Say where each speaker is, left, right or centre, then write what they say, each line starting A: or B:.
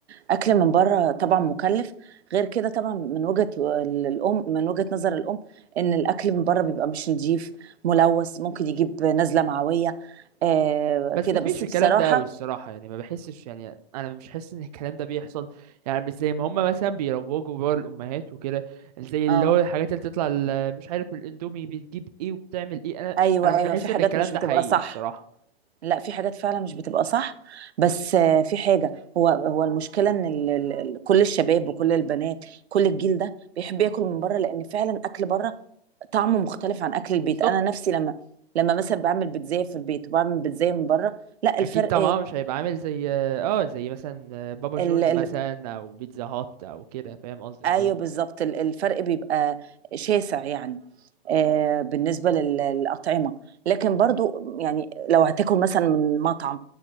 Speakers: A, on the right; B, on the right.
A: الاكل من بره طبعا مكلف غير كده طبعا من وجهه الام من وجهه نظر الام ان الاكل من بره بيبقى مش نظيف ملوث ممكن يجيب نزله معويه آه
B: بس
A: كده
B: ما
A: بس
B: فيش
A: بصراحه
B: الكلام ده قوي الصراحه يعني ما بحسش يعني انا مش حاسس ان الكلام ده بيحصل يعني مش زي ما هم مثلا بيروجوا بره الامهات وكده زي
A: اه
B: اللي هو الحاجات اللي بتطلع ال- مش عارف الاندومي بتجيب ايه وبتعمل ايه انا
A: ايوه
B: انا مش
A: ايوه
B: بحس
A: في حاجات
B: ان الكلام
A: مش
B: ده
A: بتبقى
B: حقيقي
A: صح
B: الصراحه
A: لا في حاجات فعلا مش بتبقى صح بس آه، في حاجه هو هو المشكله ان ال- ال- ال- كل الشباب وكل البنات كل الجيل ده بيحب ياكل من بره لان فعلا اكل بره طعمه مختلف عن اكل البيت
B: بالظبط
A: انا نفسي لما لما مثلا بعمل بيتزاية في البيت وبعمل بيتزاية من بره لا الفرق
B: اكيد طبعا مش هيبقى عامل زي اه زي مثلا آه، بابا
A: ال...
B: جونز
A: ال...
B: مثلا او بيتزا هات او كده فاهم قصدك
A: ايوه
B: ايوه
A: بالظبط ال- الفرق بيبقى شاسع يعني آه، بالنسبة لل- للأطعمة لكن برضو يعني لو هتاكل مثلا من مطعم